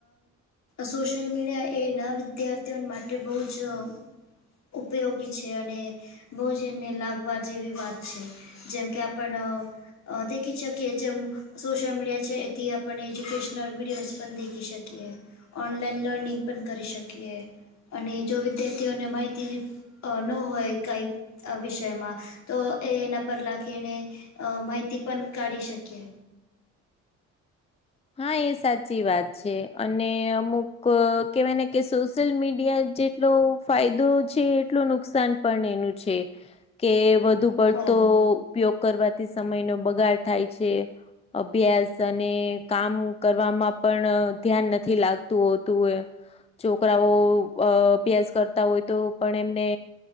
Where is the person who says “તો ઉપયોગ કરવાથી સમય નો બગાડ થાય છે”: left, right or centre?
Left